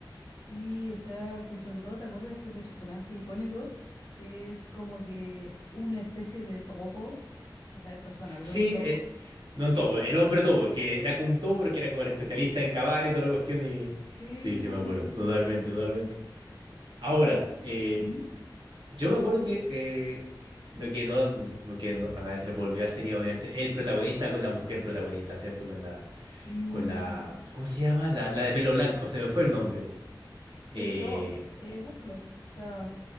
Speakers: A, on the left; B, on the right.
A: Sí, exacto. Sobre todo, ¿te acuerdas de este personaje icónico que es como que una especie de topo? O sea, es persona, pero
B: Sí,
A: es un topo.
B: eh, no en topo, el hombre topo, que era como un topo porque era como el especialista en cavar y toda la cuestión y
A: Sí,
B: sí, sí me acuerdo, totalmente,
A: sí.
B: totalmente. Ahora, eh,
A: ¿Mm?
B: Yo me acuerdo que eh, lo que no, lo que no- a nadie se le puede olvidar sería obviamente el protagonista con la mujer protagonista, ¿cierto? Con la,
A: Mm,
B: con la, ¿cómo se llama? La, la de pelo blanco, se me fue el nombre. Eh,
A: eh, pero guau, eh, búscalo. O sea,